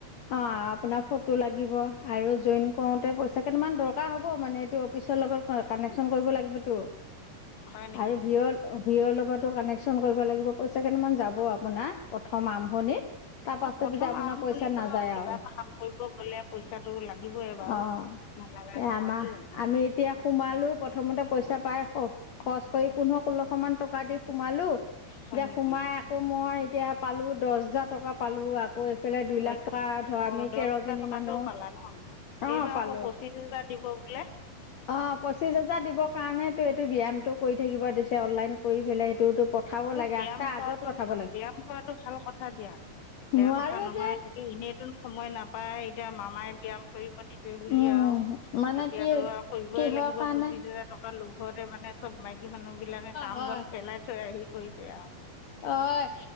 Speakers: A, on the left (about 85°); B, on the left (about 60°).
A: অ আপোনাৰ ফটো লাগিব আৰু জইন কৰোতে পইচা কেইটামান দৰকাৰ হ'ব মানে এইটো অফিচৰ লগত কানেকশ্যন কৰিব লাগিবতটো
B: হয় নেকি
A: আৰু ভিয়ত ভিঅ'ৰ লগতো কানেকশ্যন কৰিব লাগিব পইচা কেইটামান যাব আপোনাৰ প্ৰথম আৰম্ভণিত তাৰ পাছত
B: প্ৰথম
A: যেতিয়া আপোনাৰ
B: আৰম্ভণিটো
A: পইচা নাযায়
B: আৰু কিবা
A: আও
B: এটা কাম কৰিব গ'লে পইচাটো লাগিবই বাৰু
A: হ
B: নালাগা
A: এতিয়া
B: নহয়তো
A: আমা আমি এতিয়া সোমালো প্ৰথমতে পইচা পইচা পাই খৰচ কৰি পোন্ধৰ ষোল্লশ মান টকা দি সোমালো এতিয়া
B: হয় নেকি
A: সোমাই আকৌ মই এতিয়া পালো দহ হাজাৰ টকা পালো আকৌ এইফালে বা বা
B: আচ্ছা,
A: ধৰ
B: অ
A: আমি
B: অঁ দহ
A: তেৰ
B: হাজাৰ
A: জনী
B: টকাটো
A: মানুহ
B: পালা ন
A: অ
B: এইবাৰ
A: পালো
B: আকৌ পঁচিছ হাজাৰ দিব বোলে
A: অ পঁচিশ হোজাৰ দিবৰ কাৰণে। টো এইটো ব্যায়ামটো কৰি থাকিব দিছে অনলাইন কৰি পেলাই সেইটোতো। পঠাব লাগে
B: ব্যায়াম
A: আঠটাৰ
B: কৰাটো
A: আগত পঠাব লাগে
B: ব্যায়াম কৰাটো ভাল কথা দিয়া বেয়া
A: নোৱাৰোঁ
B: কথা নহয়
A: যে
B: সেইটো এনেই। নতুন সময় নাপায় এতিয়া মামাই ব্যায়াম। কৰিব দিছে বুলি
A: উম
B: আৰু
A: মানে
B: এতিয়াতো
A: কি
B: আৰু কৰিবই
A: কিহৰ
B: লাগিব
A: কাৰণে
B: পঁচিশ হোজাৰ টকা লব। ঘৰে মানে। চব মাইকী মানুহ বিলাকে কাম
A: হয়
B: বন পেলাই থৈ আহি। কৰিছে আৰু
A: অঁ